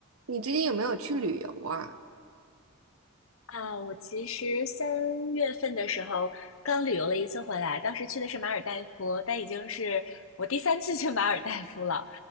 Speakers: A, on the right; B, on the left.
A: 你最近有没有去旅游啊？
B: 啊，我其实三月份的时候刚旅游了一次回来，当时去的是马尔代夫，但已经是我第三次去马尔代夫了。